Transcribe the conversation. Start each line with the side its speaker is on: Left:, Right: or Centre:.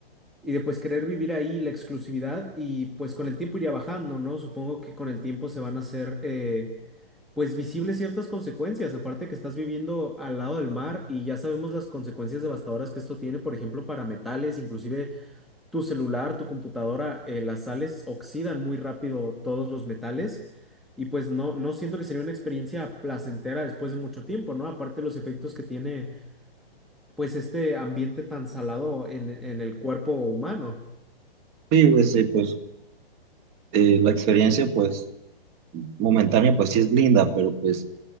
Centre: y de pues querer vivir ahí la exclusividad y pues con el tiempo iría bajando, ¿no? Supongo que con el tiempo se van a hacer eh, pues visibles ciertas consecuencias, aparte que estás viviendo al lado del mar y ya sabemos las consecuencias devastadoras que esto tiene, por ejemplo, para metales, inclusive tu celular, tu computadora, eh, las sales oxidan muy rápido todos los metales. Y pues no, no siento que sería una experiencia placentera después de mucho tiempo, ¿no? Aparte los efectos que tiene pues este ambiente tan salado en en el cuerpo humano.
Right: Sí, pues, eh, pues eh, la experiencia pues momentánea pues sí es linda, pero pues